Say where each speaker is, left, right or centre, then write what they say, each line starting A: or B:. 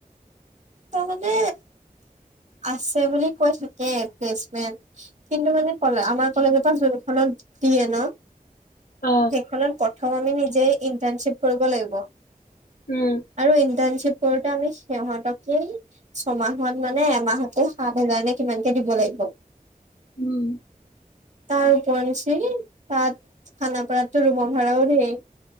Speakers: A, on the right; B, on the left.
A: তাৰ মানে আছে বুলি কৈ থাকে প্লেচমেন্ট কিন্তু মানেলে আমাৰ কলেজৰ পৰা জোনখনত দিয়ে ন।
B: অ
A: সেইখনৰ প্ৰথম আমি নিজে। ইণ্টাৰ্ণশিপ কৰিব লাগিব।
B: উম
A: আৰু ইণ্টাৰ্ণশ্বিপ কৰতানে। সিহঁতক। এই ছমাহত মানে এমাহতে সাত হাজাৰ নে কিমানকে দিব লাগিব।
B: উম
A: তাৰ উপৰত সি তাত খানাপাৰাতটো ৰুমৰ ভাড়াও ধেই।